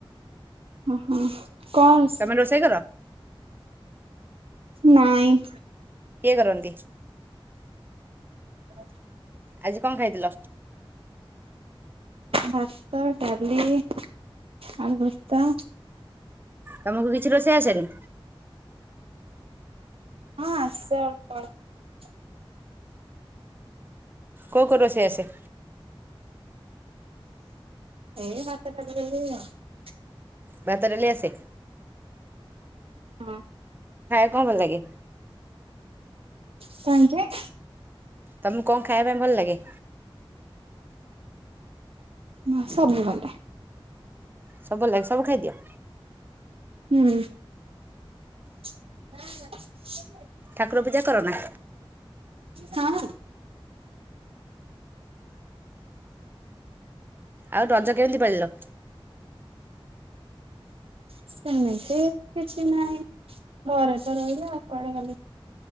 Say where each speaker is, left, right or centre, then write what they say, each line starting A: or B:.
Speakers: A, on the right; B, on the right.
A: ଓହୋ। କଣ?
B: ତମେ ରୋଷେଇ କର?
A: ନାଇଁ।
B: କିଏ କରନ୍ତି?
A: <inaudible>
B: ଆଜି କଣ ଖାଇଥିଲ?
A: ଭାତ ଡାଲି ଆଶୀର୍ବାଦ।
B: ତମକୁ କିଛି ରୋଷେଇ ଆସେନି?
A: ହଁ ଆସେ ଅଳପ ଅଳପ।
B: କୋଉ କୋରୋସେଇ ଆସେ।
A: ଏଇ ଭାତ ଡାଲି ଦେଲି ଆଉ।
B: ବାତ ଡାଲିଆସେ?
A: ହଁ।
B: କଁ ଭଲ ଲାଗେ?
A: କଁ ହେଇଚି?
B: ତମୁକୁ କଅଁ ଖାଇବା ପାଇଁ ଭଲ ଲାଗେ?
A: ମା ସବୁ ଭଲ।
B: ସବୁ ଭ ଲାଗେ ସବୁ ଖାଇଦିଅ?
A: ହୁଁ। <inaudible>
B: ଠାକୁର ପୂଜା କର ନା?
A: ହଁ।
B: ଆଉ ରଜ କେମିତି ପଳିଲ?
A: ସେମିତି କିଛି ନାହିଁ ଘରେ ତ ରହିଲେ ଆଉ କୁଆଡେ ଗଲେ।